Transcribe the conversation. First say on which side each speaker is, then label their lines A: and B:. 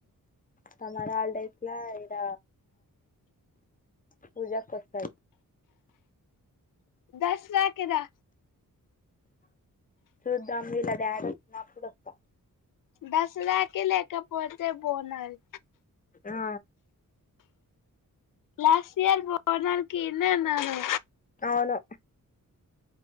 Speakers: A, on the left; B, on the left.
A: సమర్ హాలిడేస్ లా ఏద పూజ వస్త
B: దసరాకి కదా
A: సద్దా అంలీలా దయర నాప్పుడుస్తా
B: బస్రాకి లేకపోతే బోనల్
A: ఆ
B: లాస్ట్ ఇయర్ బ పోనాకి ఎన్నన్నాను
A: అవును